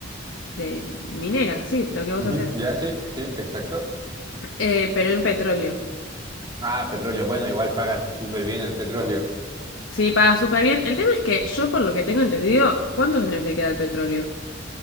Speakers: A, on the left; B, on the right.
A: de minera, sí, lo que vos
B: Ujú,
A: haces,
B: Ya, sí, sí, exacto.
A: eh, pero en petróleo.
B: Ah, petróleo. Bueno, igual pagan súper bien el petróleo.
A: Sí, paga súper bien. El tema es que yo, por lo que tengo entendido, ¿cuántos años le queda al petróleo?